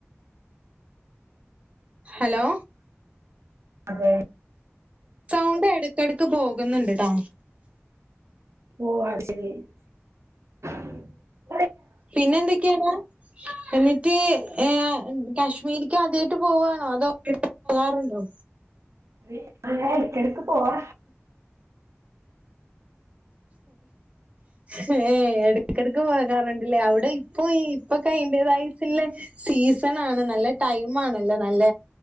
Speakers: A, on the right; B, on the right.
A: ഹലോ
B: അതേ
A: സൗണ്ട് എടക്കടക്ക് പോകുന്നിണ്ടട്ടോ.
B: ഓഹ് <unintelligible>
A: പിന്നെ എന്തൊക്കെയാടാ എന്നിട്ട് ഏഹ് അഹ് കാശ്മീരി ക്കാദ്യായിട്ട് പോവുവാണോ അതോ <unintelligible> പോകാറുണ്ടോ?
B: <unintelligible> ഇടക്കിടക്ക് പോവാ
A: ഹേ എടക്കെടക്ക് പോകാറിണ്ടില്ലേ അവിടെ പോയി ഇപ്പക്കെ അയിന്റെ തായിട്ടുള്ള സീസൺ ആണ് നല്ല ടൈം ആണല്ലോ നല്ല